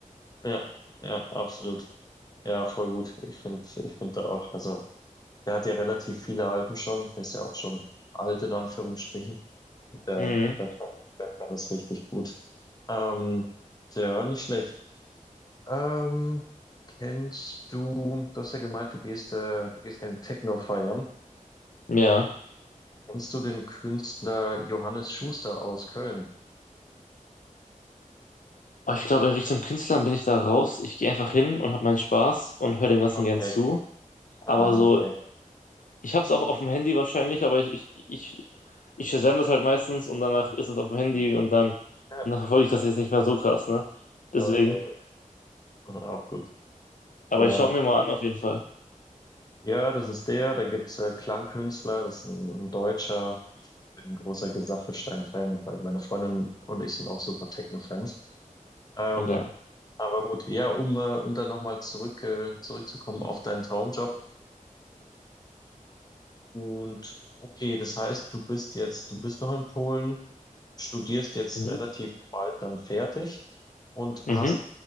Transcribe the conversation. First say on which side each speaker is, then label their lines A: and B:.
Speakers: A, on the left; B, on the left.
A: Ja, ja, absolut. Ja, voll gut. Ich finde, ich finde da auch, also der hat ja relativ viele Alben schon, der ist ja auch schon alt in Anführungsstrichen. Der,
B: Mhm.
A: der kann, der kann es richtig gut. Ähm, ja, nicht schlecht. Ähm, kennst du, du hast ja gemeint, du gehst, äh, du gehst gerne Techno feiern.
B: Ja.
A: Kennst du den Künstler Johannes Schuster aus Köln?
B: Aber ich glaube, in Richtung Künstlern bin ich da raus. Ich gehe einfach hin und habe meinen Spaß und höre dem Ganzen
A: Okay.
B: gern zu. Aber
A: Ah,
B: so
A: okay.
B: Ich hab's auch auf dem Handy wahrscheinlich, aber ich, ich, ich, ich Shazam das halt meistens und danach ist es auf dem Handy und dann
A: Ja,
B: und dann verfolge ich
A: ja,
B: das jetzt nicht mehr so krass, ne? Deswegen.
A: okay. <laughs> Mhm, Auch gut.
B: Aber
A: Ja.
B: ich schaue mir mal an, auf jeden Fall.
A: Ja, das ist der. Da gibt's äh, Klangkünstler, das ist ein, ein Deutscher. Ich bin ein großer Gesaffelstein-Fan, weil meine Freundin und ich sind auch super Techno-Fans. Ähm,
B: Okay.
A: Aber gut, ja, um, äh, um dann nochmal zurück, äh, zurückzukommen auf deinen Traumjob. Und okay, das heißt, du bist jetzt, du bist noch in Polen, studierst jetzt
B: Mhm.
A: relativ bald dann fertig und
B: Mhm.
A: hast,